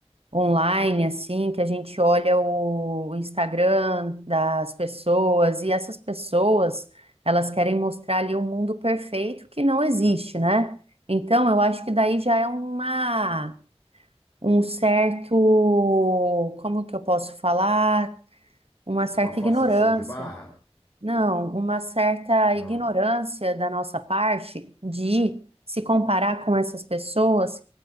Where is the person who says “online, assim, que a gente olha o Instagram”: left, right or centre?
Right